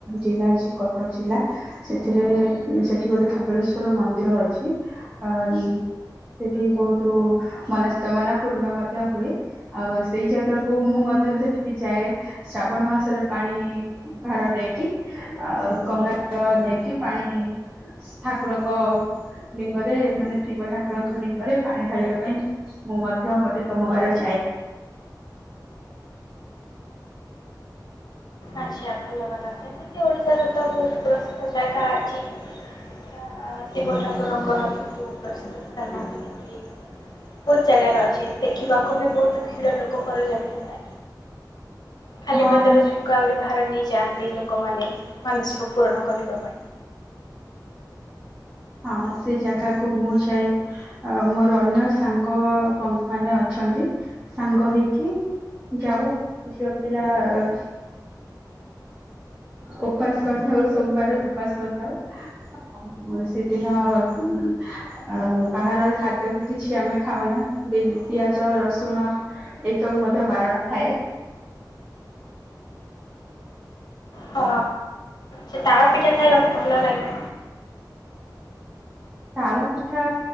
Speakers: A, on the right (about 20°); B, on the left (about 65°).
A: ଜିଲ୍ଲା ଅଛି କଟକ ଜିଲ୍ଲା। ସେଥିରେ ସେଠି ଗୋଟେ ଧବଳେଶ୍ଵର ମନ୍ଦିର ଅଛି ଅ ସେଠି ବୋହୁତ ମନସ୍କାମନା ପୂର୍ଣ୍ଣ ମଧ୍ୟ ହୁଏ। ଆଉ ସେଇ ଜାଗାକୁ ମୁଁ ମଧ୍ୟ ସେଠିକି ଯାଏ। ଶ୍ରାବଣ ମାସରେ ପାଣି ଭାର ନେଇକି ଆ କଙ୍ଗା ଳ ନେଇକି ପାଣି ଠାକୁରଙ୍କ ଲିଙ୍ଗରେ ମାନେ ଶିବ ଠାକୁରଙ୍କ ଲିଙ୍ଗରେ ପାଣି ଢାଳିବା ପାଇଁ। ମୁଁ ମଧ୍ୟ ଗୋଟେ ସୋମବାର ଯାଇ
B: ଆଚ୍ଛା, ଭଲ କଥା। ସେମିତି ଓଡିଶାର ତ ବହୁତ ପ୍ରସିଦ୍ଧ ଜାଗା ଅଛି। ସେଟା ଶିବ ଠାକୁରଙ୍କର ଅଛି, ବହୁତ ପ୍ରସିଦ୍ଧ ସ୍ଥାନ ଅଛନ୍ତି। ବହୁତ ଜାଗାରେ ଅଛି। ଦେଖିବାକୁ ବି ବହୁତ ଭିଡ଼ ଲୋକଙ୍କର ଜମିଥାଏ। ଖାଲିପାଦରେ
A: ହଁ
B: ଯଉ, କାଉଡି ଭାର ନେଇଯାଆନ୍ତି, ଲୋକମାନେ ମାନସିକ ପୂରଣ କରିବା ପାଇଁ?
A: ହଁ, ସେ ଜାଗାକୁ ମୁଁ ଯାଏ। ଆ, ମୋର ଅନ୍ୟ ସାଙ୍ଗ ବନ୍ଧୁ ମାନେ ଅଛନ୍ତି। ସାଙ୍ଗ ହେଇକି ଯାଉ ଝିଅ ପିଲା-ଆ ଓପାସ୍ କରିଥାଉ। ସୋମବାର ଓପାସ୍ କରିଥାଉ। ସେ ଦିନ ଉଁ ଆଉ ବାହାର ଖାଦ୍ୟ ବି କିଛି ଆମେ ଖାଉନା, ବି ପିଆଜ, ରସୁଣ ଏସବୁ ମଧ୍ୟ ବାରଣ ଥାଏ।
B: ହ। ସେ ତାଳ ପିଠା ଖାଇବାକୁ ଭଲ ଲାଗେ।
A: ତାଳ ପିଠା